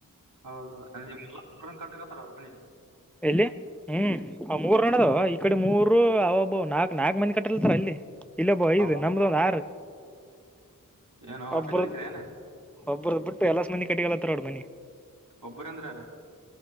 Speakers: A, on the right; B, in the centre.
A: ಹೌದೌದು ನಿ ಕಟ್ಕತಾರ ಮನ್ನಿ
B: ಎಲ್ಲಿ ಹ್ಮ್ ಅವ ಮೂರ್ಣದ ಈ ಕಡೆ ಮೂರು ಅವ ಒಬ್ಬ ನಾಕ್ ನಾಕ್ ಮಂದಿ ಕಟ್ಟಿಲತರ ಅಲ್ಲಿ ಇಲ್ಲಬೋ ಐದು
A: ಅವು
B: ನಮ್ದು ಒಂದ ಆರು
A: ಏನೋ ಆಟ
B: ಒಬ್ಬ.
A: ಗಳಿಸ್ರ ಏನ
B: ಒಬ್ಬ್ರದ್ ಬಿಟ್ಟು ಎಲ್ಲಾ ಮಂದಿ ಕಟ್ಟಿಗೆಲ್ಲತ್ತ ನೋಡ್ ಮನಿ.
A: ಒಬ್ಬ್ರಂದ್ರಾರ.